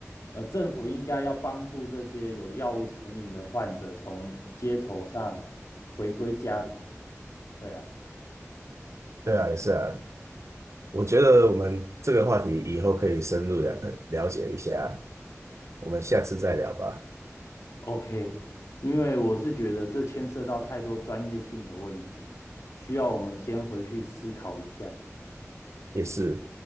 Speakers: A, on the left (about 70°); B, on the right (about 65°).
A: 呃，政府应该要帮助这些有药物成瘾的患者从街头上回归家庭。对啊
B: 对啊，也是啊。我觉得我们这个话题以后可以深入了呃了解一下，我们下次再聊吧。
A: ，OK，因为我是觉得这牵涉到太多专业性的问题，需要我们先回去思考一下。
B: 也是。